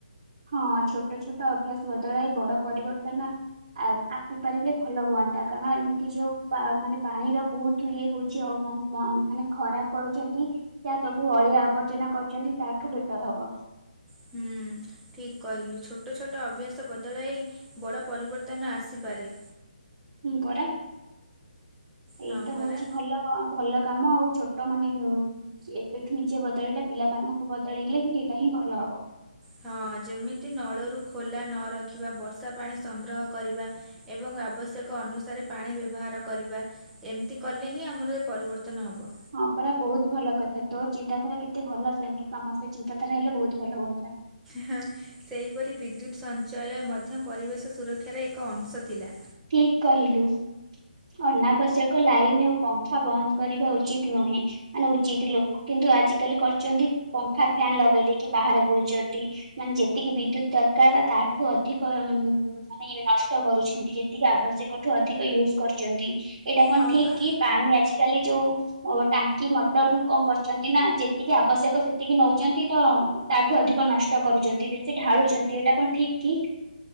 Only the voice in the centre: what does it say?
ହୁଁ। ଠିକ୍ କହିଲୁ ଛୋଟ ଛୋଟ ଅଭ୍ୟାସ ବଦଳାଇ ବଡ଼ ପରିବର୍ତ୍ତନ ଆସିପାରେ।
ହଁ
ପରା।
ହଁ ଯେମିତି ନଳରୁ ଖୋଲା ନ ରଖିବା ବର୍ଷା ପାଣି ସଂଗ୍ରହ କରିବା। ଏବଂ ଆବଶ୍ୟକ ଅନୁସାରେ ପାଣି ବ୍ୟବହାର କରିବା। ଏମିତି କଲେ ହିଁ ଆମର ପରିବର୍ତ୍ତନ ହେବ।
ହ ସେହିପରି ବିଦ୍ୟୁତ୍ ସଞ୍ଚୟ ମଧ୍ୟ ପରିବେଶ ସୁରକ୍ଷାର ଏକ ଅଂଶ ଥିଲା।
ହଁ
ପା।